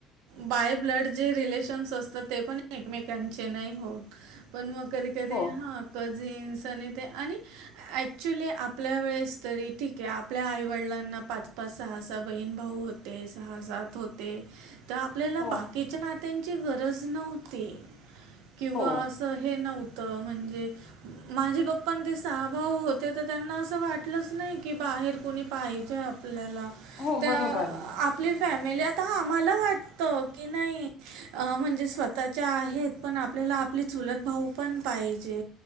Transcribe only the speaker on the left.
हो.
हो
हो
हो
बरोबर आहे.